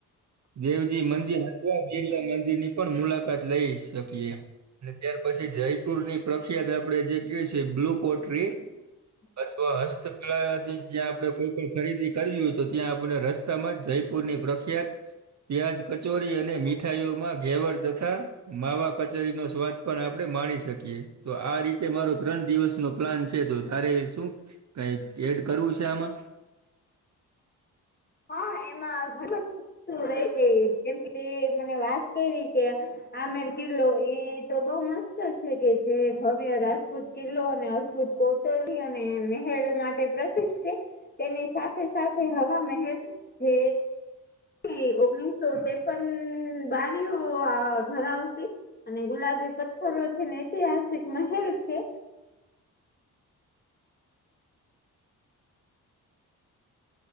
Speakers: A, on the right (about 40°); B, on the left (about 25°).
A: દેવજી મંદિર અથવા ગીરિયા મંદિરની પણ મુલાકાત લઈ શકીએ. અને ત્યાર પછી જયપુર ની પ્રખ્યાત આપડે જે કયુ છે બ્લુ પોટ્રી તો હસ્તકલાથી જ્યાં આપણે કોઈ પણ ખરીદી કરવી હોય તો ત્યાં આપણે રસ્તામાં જઈ પૂરની પ્રખ્યાત પ્યાજ કચોરી અને મીઠાઈઓમાં ઘેવડ તથા માવા કચોરી નો સ્વાદ પણ આપણે માણી શકીએ તો આ રીતે મારો ત્રણ દિવસ નો પ્લાન છે તો તારે શું કાઈ એડ કરવું છે આમાં.
B: હા એમાં ઘણી <unintelligible> રહી ગઈ કેમકે મને વાત કરી કે આમેર કિલ્લો એ તો બઉ મસ્ત છે કે જે ભવ્ય રાજપૂત કિલ્લો અને અદભુત કૌતરવી અને મેહેલ માટે પ્રસિદ્ધ છે. તેની સાથે સાથે હવા મેહેલ જે ઈ ઓગણીસો ટેપ્પણ બાનિયો અ ધરાવતી અને ગુલાબી પથ્થરો છે ને ઐતિહાસિક મહેલ છે.